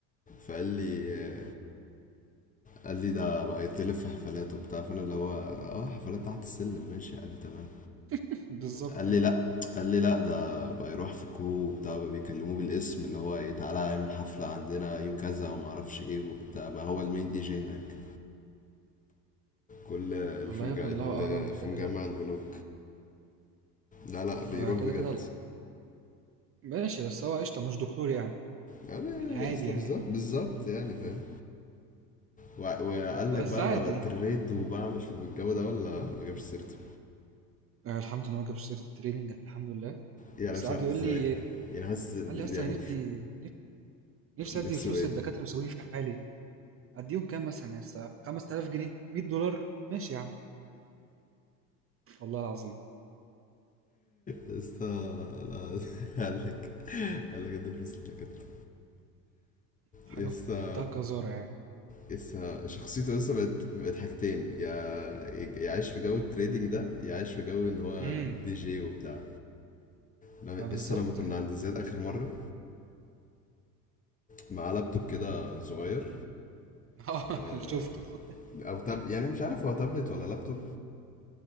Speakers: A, on the left; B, on the right.
A: فقال لي قال لي ده بقى يتلف في حفلات وبتاع فانا اللي هو اه حفلات تحت السلم ماشي عادي تمام
B: <laughs> بالظبط
A: قال لي
B: آه.
A: لا قال لي لا ده بقى يروح في كو وبتاع بقى بيكلموه بالاسم اللي هو ايه تعالى اعمل حفلة عندنا يوم كذا وما اعرفش ايه وبتاع بقى هو المين دي جي هناك كل اللي
B: والله
A: في مجا...
B: يا ابني
A: اللي
B: الله اعلم كده
A: في مجمع
B: كده
A: البنوك لا لا بيروح
B: وكده
A: بجد
B: كده ماشي، بس هو قشطة مش دكتور يعني،
A: يعني يا
B: يعني عادي
A: اسطى
B: يعني،
A: بالظبط بالظبط يعني فاهم وع- وقال
B: بس
A: لك بقى
B: عادي.
A: انا بتريد وبعمل والجو ده ولا ما جابش سيرته
B: آآ الحمد لله ما جابش سيرة الtraining الحمد لله،
A: يعني أنا
B: بس
A: مش
B: قعد
A: عارف
B: يقول
A: ازاي
B: لي
A: يعني حاسس
B: قال لي: "أصلًا
A: يعني
B: أنا نفسي نف نفسي أدّي
A: نفسه
B: فلوس
A: ايه
B: للدكاترة ويسيبوني في حالي." أدّيهم كام مثلًا يا أسطى، 5000 جنيه، $100 ماشي يا عم، والله العظيم
A: يسا لا <laughs> قال لك قال لك قدم فلوس للدكاترة
B: حاجة
A: يسا
B: في منتهى القذارة يعني.
A: يسا شخصيته يسا بقت بقت حاجتين يا يعيش في جو التريدنج ده يعيش في جو ان هو
B: إمم،
A: دي جي وبتاع لما-
B: ما بالضبط
A: يسا لما كنا
B: يعني،
A: عند زياد اخر مرة معاه لابتوب كده صغير
B: <laughs> آه
A: آه،
B: اللي شُفته <laughs>
A: او تاب يعني مش عارف هو تابلت ولا لابتوب